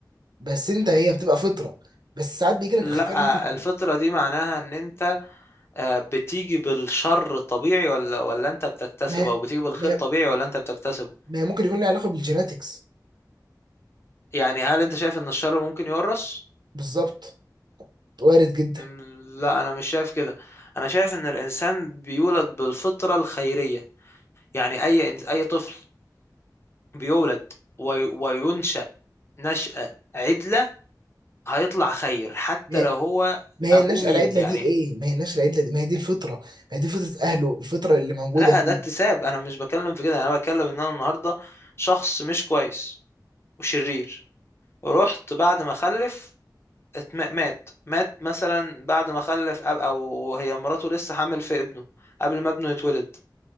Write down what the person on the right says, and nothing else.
بس انت هي بتبقى فطره بس ساعات بيجي لك
اختيار ان انت ت-
ما هي
ما هي
ما هي ممكن يكون له علاقه بالجيناتكس
بالظبط وارد جدا
ما هي
ما هي
النشأة
العدلة
دي ايه؟ ما هي النشأة العدلة دي ما هي دي الفطرة ما هي دي فطرة اهله الفطرة اللي موجودة
فيه